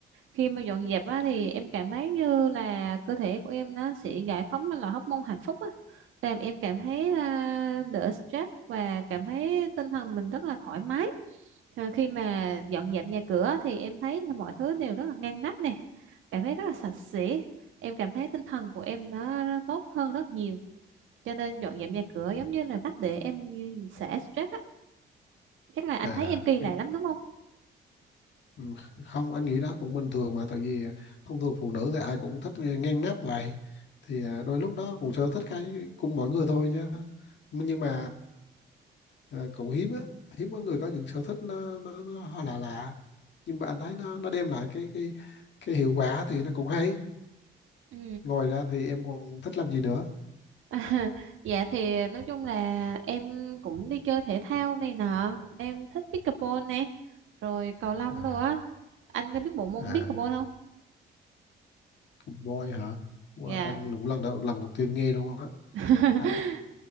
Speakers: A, on the right; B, on the left.
A: khi mà dọn dẹp á, thì em cảm thấy như là cơ thể của em nó sẽ giải phóng ra loại hormone hạnh phúc á làm em cảm thấy à, đỡ stress và cảm thấy tinh thần mình rất là thoải mái À, khi mà dọn dẹp nhà cửa thì em thấy là mọi thứ đều rất là ngăn nắp nè cảm thấy rất là sạch sẽ em cảm thấy tinh thần của em nó tốt hơn rất nhiều cho nên dọn dẹp nhà cửa giống như là cách để em xả stress á chắc là anh
B: à
A: thấy em kỳ
B: cái
A: lạ lắm đúng không
B: ừ, không anh nghĩ đó cũng bình thường mà tại vì à, thông thường phụ nữ thì ai cũng thích nghe- ngang nắp vậy thì à, đôi lúc đó cũng sở thích cái cùng mọi người thôi chứ nhưng mà à, cũng hiếm á hiếm có người có những sở thích nó nó, nó hơi lạ lạ nhưng mà anh thấy nó nó đem lại cái cái cái hiệu quả thì nó cũng hay
A: ừ
B: ngoài ra thì em còn thích làm gì nữa
A: À, <laughs> dạ thì nói chung là em cũng đi chơi thể thao này nọ em thích pickleball nè rồi cầu lông
B: à,
A: đồ á anh có biết bộ môn
B: à.
A: pickleball không
B: Food Boy hả? Ủa,
A: dạ
B: anh cũng lần đầu lần đầu tiên nghe luôn á.
A: <laughs>
B: Anh